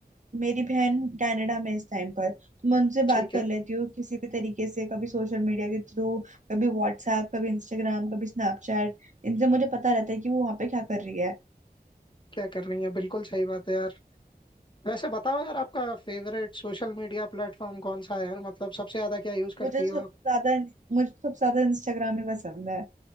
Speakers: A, on the right; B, on the left.
A: मेरी बहन कनाडा में है इस टाइम पर तो मैं उनसे
B: ठीक
A: बात कर
B: है
A: लेती हूँ किसी भी तरीके से कभी सोशल मीडिया के थ्रू कभी व्हाट्सएप कभी इंस्टाग्राम कभी स्नैपचैट इनसे मुझे पता रहता है कि वो वहाँ पे क्या कर रही है
B: क्या कर रही है बिल्कुल सही बात है यार वैसे बताओ यार आपका फेवरेट सोशल मीडिया प्लेटफॉर्म कौन सा है यार मतलब सबसे ज्यादा क्या यूज करती
A: मुझे तो सबसे
B: हो
A: ज्यादा मुझे तो सबसे ज्यादा इंस्टाग्राम ही पसंद है